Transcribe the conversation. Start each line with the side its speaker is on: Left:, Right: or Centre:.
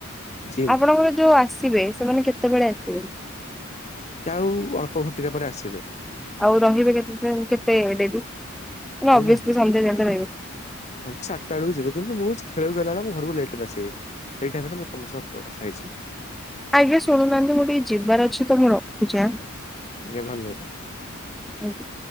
Left: ଜିମ୍
Centre: ଆପଣଙ୍କର ଯୋଉ ଆସିବେ ସେମାନେ କେତେବେଳେ ଆସିବେ।
Left: ଯାଉ ଅଳ୍ପ ଘଟିକା ପରେ ଆସିବେ।
Centre: ଆଉ ରହିବେ କେତେ କେତେ ଡେରି।
Left: ମୁଁ
Centre: ଅବିଅସଲି
Left: ଜାଣିନି।
Centre: ସନ୍ଧ୍ୟା ଯାଏଁ ତ ରହିବେ
Left: ହଁ ଚାରିଟା ବେଳକୁ ଯିବେ କିନ୍ତୁ ମୁଁ ଖେଳକୁ ଗଲାବେଳେ ମୁଁ ଘରକୁ ଲେଟେରେ ଆସିବି। ସେଇ ଟାଇମିରେ ମୁଁ ତମ ସହ କଥା ହେଇଯିବି।
Centre: ଆଜ୍ଞା ଶୁଣୁନାହାନ୍ତି ମୁଁ ଟିକେ ଯିବାର ଅଛି ତ ମୁଁ ରଖୁଛି ଆଁ।
Left: ଆଜ୍ଞା ଧନ୍ୟବାଦ।
Centre: ଆଜ୍ଞା।